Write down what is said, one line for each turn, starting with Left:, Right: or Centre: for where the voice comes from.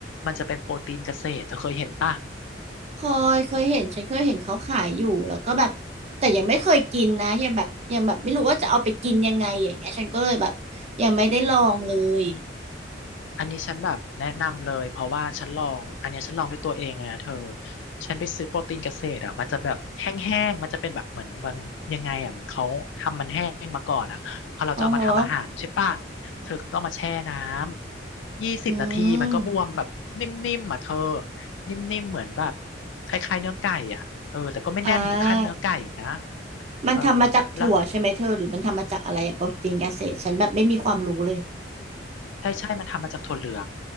Left: มันจะเป็นโปรตีนเกษตรเธอเคยเห็นป่ะ
Right: เคยเคยเห็นฉันเคยเห็นเขาขายอยู่แล้วก็แบบแต่ยังไม่เคยกินนะยังแบบยังแบบไม่รู้ว่าจะเอาไปกินยังไงอย่างเงี้ยฉันก็เลยแบบยังไม่ได้ลองเลย
Left: โอ้ย อันนี้ฉันแบบแนะนำเลยเพราะว่าฉันลองอันเนี้ยฉันลองด้วยตัวเองเลยนะเธอฉันไปซื้อโปรตีนเกษตรอ่ะมันจะแบบแห้งๆมันจะเป็นแบบเหมือนมันยังไงอ่ะเหมือนเขาทำมันแห้งมาก่อนอ่ะพอเราจะเอามาทำอาหารใช่ป่ะ
Right: อ๋อฮะ
Left: เธอก็มาแช่น้ำยี่สิบนาทีมันก็บวมแบบนิ่มๆอ่ะเธอ
Right: อืม
Left: นิ่มๆเหมือนแบบคล้ายๆเนื้อไก่อ่ะเออแต่ก็ไม่แน่นถึงขั้นเนื้อไก่นะ
Right: อ่ามันทำมาจากถั่วใช่ไหมเธอหรือมันทำมาจากอะไรอะโปรตีนเกษตรฉันแบบไม่มีความรู้เลย
Left: เออแล้วใช่ใช่มันทำมาจากถั่วเหลือง